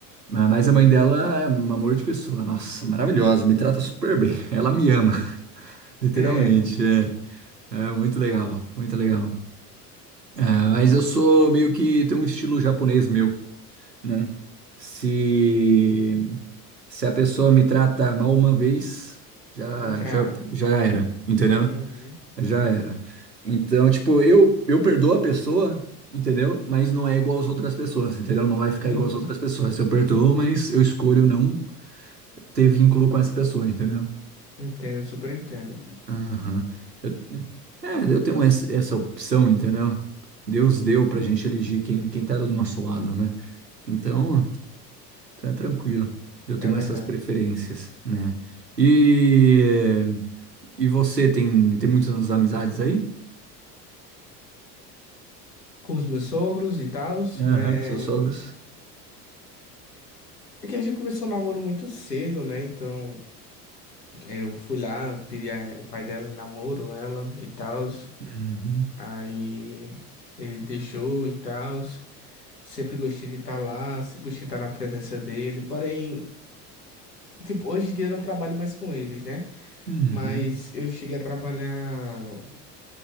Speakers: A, on the right; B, on the left.
A: Ma- Mas a mãe dela é um amor de pessoa, nossa, maravilhosa, me trata super bem. <laughs> Ela me ama, <laughs> literalmente.
B: É,
A: É, é muito legal, muito legal. É, mas eu sou meio que tenho um estilo japonês meu. né? Se, se a pessoa me trata mal uma vez, já,
B: eu já.
A: já, já era, entendeu?
B: Uhum.
A: Já era. Então, tipo, eu, eu perdoo a pessoa, entendeu? Mas não é igual às outras pessoas, entendeu? Não vai ficar
B: Uhum.
A: igual às outras pessoas. Eu perdoo, mas eu escolho não ter vínculo com essa pessoa, entendeu?
B: Entendo, super entendo.
A: Aham. Eu- é, eu tenho essa, essa opção, entendeu? Deus deu pra gente elegir quem, quem tá do nosso lado, né? Então. Então é tranquilo. Eu
B: É
A: tenho
B: verdade.
A: essas preferências, né? E, e você tem, tem muitas amizades aí?
B: Com os meus sogros e tal,
A: Aham,
B: é...
A: com seus sogros?
B: é que a gente começou o namoro muito cedo, né? Então. Eu fui lá, pedi a- o pai dela em namoro, ela e tal.
A: Uhum.
B: Aí ele deixou e tal. Sempre gostei de estar lá, sempre gostei de estar na presença dele. Porém, tipo, hoje em dia eu não trabalho mais com eles, né?
A: Uhum.
B: Mas eu cheguei a trabalhar